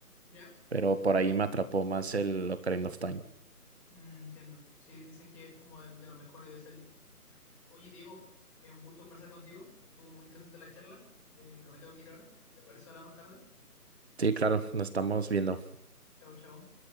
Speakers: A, in the centre; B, on the right.
A: ¿Ya?
B: pero por ahí me atrapó más el Ocarina of Time.
A: Mm, entiendo. Sí, dicen que es como el de los mejores de Zelda. Oye, Diego, es un gusto conversar contigo. Estuvo muy interesante la charla, eh, pero me tengo que ir ahora. ¿Te parece hablar más tarde?
B: Sí, claro, nos estamos viendo.
A: Chao, chao.